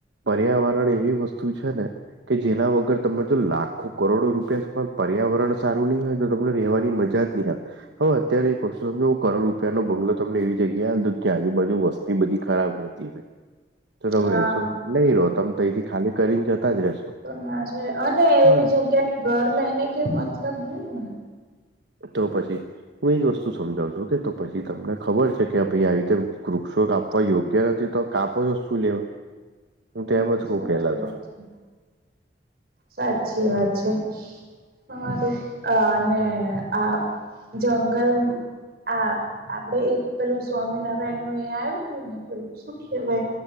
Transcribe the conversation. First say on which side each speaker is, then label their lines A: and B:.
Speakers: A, on the right (about 80°); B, on the right (about 55°).
A: પર્યાવરણ એવી વસ્તુ છે ને કે જેના વગર તમે જો લાખો કરોડો રૂપિયા પર્યાવરણ સારું નહી હોય તો તમને રહેવાની મજા <unintelligible> હવે અત્યારે કશું સમજ હું કરોડ રૂપિયા નો બંગલો તમને એવી જગ્યા હતો કે આજુબાજુ વસ્તી બધી ખરાબ રહેતી. <unintelligible>
B: હા
A: <inaudible> નહી રહો તમે તો એથી ખાલી કરીને જતા જ રહેશો.
B: તો ના છે અને એવી
A: હા.
B: જગ્યાએ ઘર લઈને કઈ મતલબ ની ને.
A: તો પછી હું એજ વસ્તુ સમજાવ છું કે તો પછી તમને ખબર છે કે ભાઈ આવી રીતે વૃક્ષોક આપવા યોગ્ય નથી તો કાપો છો શું લેવા, હું
B: હમ,
A: તો એમજ કઉ
B: સાચી
A: પહેલા તો
B: વાત છે સાચી વાત છે હારુ અને આ જંગલ આ આપણેે એક પેલું સ્વામિનારાયણ નું એ આવ્યું હતું ને પેલું શું કહેવાય